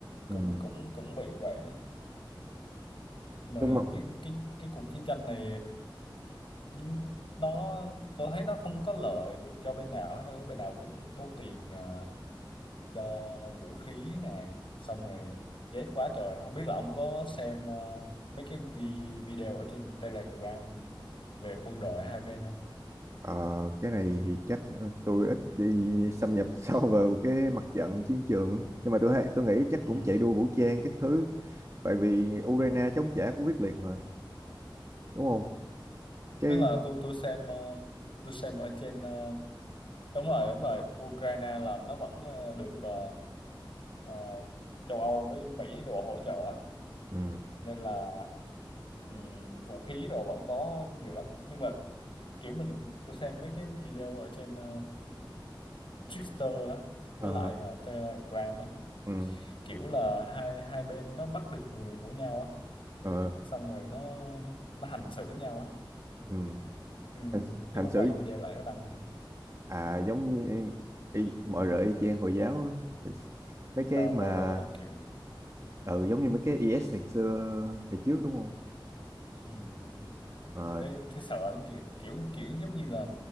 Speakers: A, on the right; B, on the left.
A: Ừ.
B: cũng cũng cũng bị vậy đó mà
A: nhưng mà
B: cái cái cái cuộc chiến tranh này ừ, nó tôi thấy nó không có lợi được cho bên nào hết đâu bên nào cũng tốn tiền ờ, cho vũ khí nè xong rồi chết quá trời không biết là ông có xem ờ, mấy cái vi- video ở trên Telegram về quân đội hai bên không
A: ờ, cái này thì chắc tôi ít đi xâm nhập <laughs> sâu vào cái mặt trận chiến trường nhưng mà tôi hay- tôi nghĩ chắc
B: ừ.
A: cũng chạy đua vũ trang các thứ tại vì Ukraine chống trả cũng quyết liệt mà đúng không cái
B: tức là tôi tôi xem ờ, tôi xem ở trên ờ, đúng rồi đúng rồi Ukraine là nó vẫn ờ, được ờ, ờ, châu Âu với Mỹ đồ hỗ trợ á.
A: ừ.
B: nên là ừm, vũ khí đồ vẫn có nhiều lắm nhưng mà kiểu mình tôi xem mấy cái video ở trên ờ, Twitter á với
A: ờ
B: lại ờ, Telegram á
A: ừ.
B: kiểu là hai hai bên nó bắt được người của nhau á
A: ờ
B: xong rồi nó nó hành xử nhau á
A: ừ.
B: Ừm,
A: hành,
B: cái
A: hành
B: nó
A: xử
B: quay video lại nó đăng lên
A: à giống như y, mọi rợ y chang hồi giáo á. Thì mấy cái
B: Ờ,
A: mà
B: mọi người đó kiểu
A: ừ giống như mấy cái IS ngày xưa ngày trước đúng không
B: ừm, ừm.
A: Ờ,
B: thấy thấy sợ lắm kìa kiểu kiểu giống như là